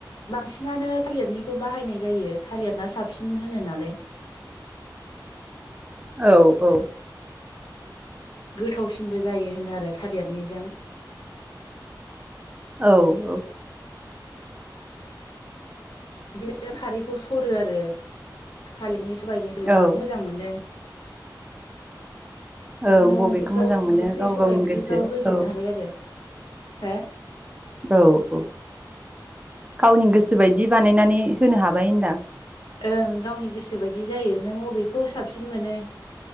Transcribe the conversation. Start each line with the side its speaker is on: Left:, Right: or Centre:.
Left: बांसिनानो थालिरनिखौ बाहायनाय जायो थालिरना साबसिन होनो नालाय
Right: औ औ
Left: गोथावसिनबो जायो होनो आरो थालेरनिजों
Right: औ औ
Left: बिदिनो खारैखौ सरो आरो थालिरनि सबायनि सोर
Right: औ
Left: माखौ मोजां मोनो बेखोनो
Right: ओं बबेखौ
Left: अन्दैफ्राव
Right: मोजां मोनो
Left: अनला ओंख्रि
Right: गाव
Left: सबाय
Right: गावनि
Left: ओंख्रिफ्राव
Right: गोसो
Left: होजोबनो
Right: औ
Left: हाबाय आरो हो
Right: औ औ गावनि गोसो बायदि बिदि बानायनानै होनो हाबाय होनदां
Left: ओं गावनि गोसो बायदि जायो नों अबेखौ साबसिन मोनो